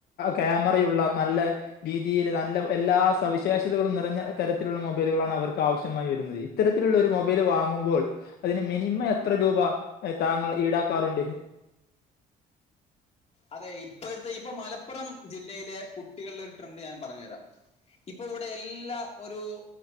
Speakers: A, on the left; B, on the left.
A: ക്യാമറയുള്ള നല്ല രീതിയില് നല്ല എല്ലാ സവിശേഷതകളും നിറഞ്ഞ തരത്തിലുള്ള മൊബൈലുകളാണ് അവർക്ക് ആവശ്യമായി വരുന്നത് ത്തരത്തിലുള്ളോരു മൊബൈല് വാങ്ങുമ്പോൾ അതിന് മിനിമം എത്ര രൂപ താങ്കൾ ഈടാക്കാറുണ്ട്
B: അതെ ഇപ്പോഴത്തെ ഇപ്പം മലപ്പുറം ജില്ലയിലെ കുട്ടികളുടെ ഒര് ട്രെൻഡ് ഞാൻ പറഞ് തരാം ഇപ്പൊ ഇവിടെ എല്ലാ ഒരു